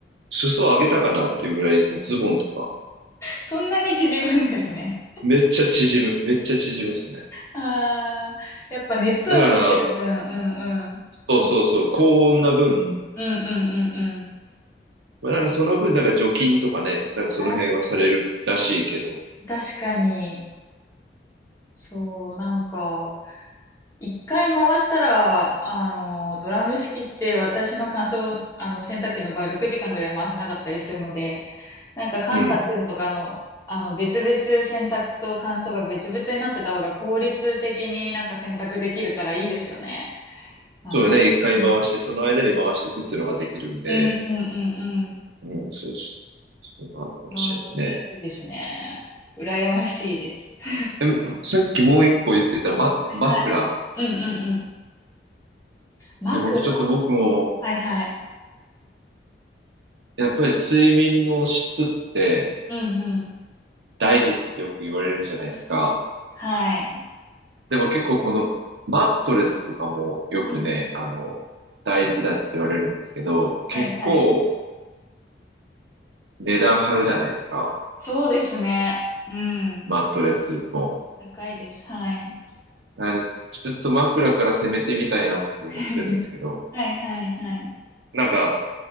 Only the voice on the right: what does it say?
裾上げたかなっていうぐらい、もうズボンとか、
めっちゃ縮む、めっちゃ縮むっすね。
だから、
そうそうそう、
高温な分、
まあ、なんかその分、なんか除菌とかね、なんかその辺はされるらしいけど、
うん。
そうだね、一回回して、
その間に回しとくっていうのができるんで、
うん、そうそう、そうなるかもしれないね。
でも、さっきもう一個言ってた、ま、
枕。
ね僕ちょっと僕も、
やっぱり睡眠の質って
大事ってよく言われるじゃないですか。
でも結構このマットレスとかもよくね、
あの、大事だって言われるんですけど、結構
値段張るじゃないですか。
マットレスも。
あれ、ちょっと枕から攻めてみたいなって思ってるんですけど、
なんか、